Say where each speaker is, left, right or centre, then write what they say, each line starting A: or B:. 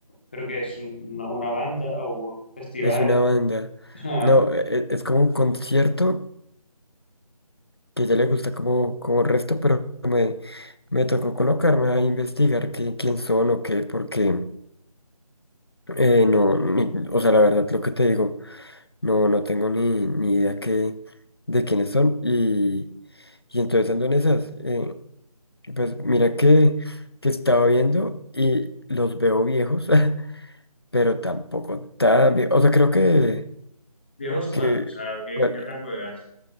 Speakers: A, on the left (about 15°); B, on the left (about 40°).
A: creo que es un- una, una banda o un festival.
B: Es una banda.
A: <laughs> no, van
B: No, e- e- es como un concierto que ya le gusta como, como resto, pero me, me tocó colocarme a investigar qué, quién son o qué, porque eh, no, ni- o sea, la verdad, lo que te digo, no, no tengo ni, ni idea qué, de quiénes son. Y, y entonces ando en esas. eh, pues mira que, que estaba viendo y los veo viejos, <laughs> pero tampoco tan viejos. O sea, creo que,
A: ¿Viejos
B: que
A: cuántos? O sea, ¿qué-
B: bueno,
A: ¿en qué rango de edad?